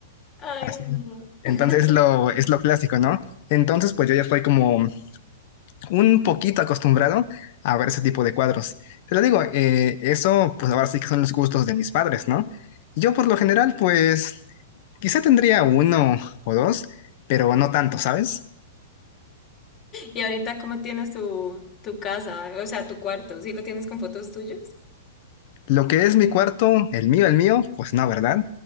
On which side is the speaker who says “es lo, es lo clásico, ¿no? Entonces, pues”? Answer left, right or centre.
Left